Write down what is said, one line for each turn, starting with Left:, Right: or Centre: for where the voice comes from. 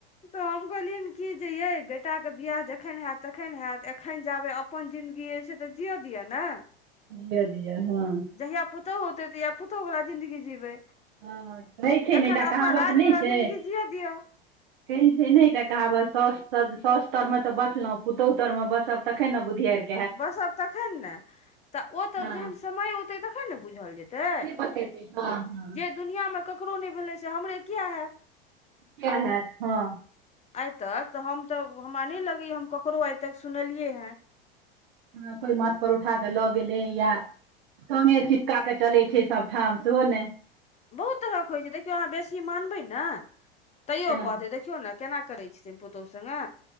Left: तऽ हम कहलियनि कि जे ये बेटाके बियाह जखन हैत तखन हैत, एखन जाबे अपन जिनगी अछि से तऽ जिअ दिअ ने
Right: लिय दिअ हॅं <unintelligible>
Left: जहिया पुतोहु होेतै तहिया पुतोहु वाला जिन्दगी जीबै।
Right: हँ रहै छै
Left: एखन
Right: ने एकटा
Left: तऽ
Right: कहावत
Left: अपन राज
Right: नहि
Left: वला
Right: छै
Left: जिन्दगी जियअ दियौ
Right: कहै छै ने एकटा कहावत साउस साउस तरमे तऽ बसलहुॅं पुतोहु तरमे बसब तखन ने बुधियारि!
Left: बसब तखन ने तऽ ओ तऽ
Right: हँ
Left: जहन समय ओतै तखन ने बुझल जेतै तै
Right: से बतेतै हँ हँ
Left: जे दुनियामे ककरो नहि भेलै से हमरे किया हैत?
Right: किया हैत, हँ
Left: आइ तक तऽ हम तऽ हमरा नहि लगैए, हम ककरो आइ तक सुनलियै हेँ
Right: हँ, कोई माथ पर उठा के लऽ गेलै या सोने चिपका के चलै छै सब ठाम सेहो ने!
Left: बहुत तरहक होइ छै देखियौ अहाँ बेसी मानबै ने तैयो
Right: हँ
Left: कहत देखियौ ने केना करै छथिन पतहु संगे?